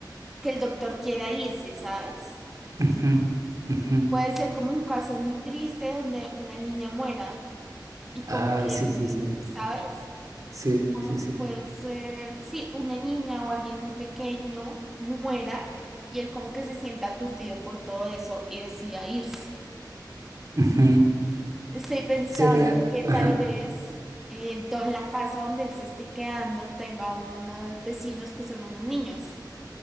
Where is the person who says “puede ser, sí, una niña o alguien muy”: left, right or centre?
Centre